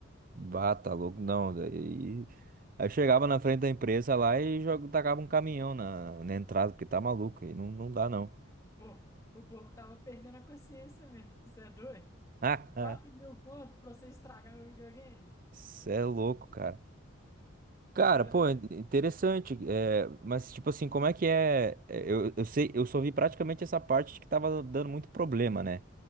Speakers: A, on the right; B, on the left.
A: Bah, tá louco, não, daí... Aí chegava na frente da empresa lá e joga, tacava um caminhão na, na entrada, porque tá maluco, aí não, não dá não.
B: O povo, o povo tava perdendo a consciência mesmo, <laughs> você é doido?
A: <laughs>
B: quatro mil conto pra você estragar meu videogame?
A: Cê é louco, cara. Cara,
B: É
A: pô,
B: doido.
A: in- interessante. É, mas, tipo assim, como é que é? é, Eu, eu sei, eu só vi praticamente essa parte de que tava dando muito problema, né?